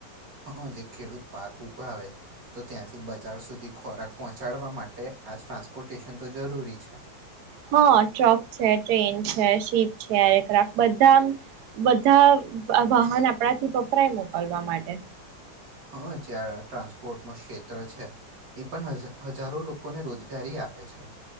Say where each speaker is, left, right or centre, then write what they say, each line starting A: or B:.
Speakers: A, on the right (about 50°); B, on the right (about 70°).
A: હ જે ખેડૂત પાક ઉગ આવે તો ત્યાંથી બજાર સુધી ખોરાક પહોંચાડવા માટે આ ટ્રાન્સપોર્ટેશન તો જરૂરી છે.
B: હા ટ્રક છે ટ્રેન છે શીપ છે એક્રાફ બધા બધા વાહન આપણાથી વપરાય મોકલવા માટે
A: હ જ્યાં ટ્રાન્સપોર્ટનું ક્ષેત્ર છે એ પણ હજારો લોકોને રોજગારી આપે છે.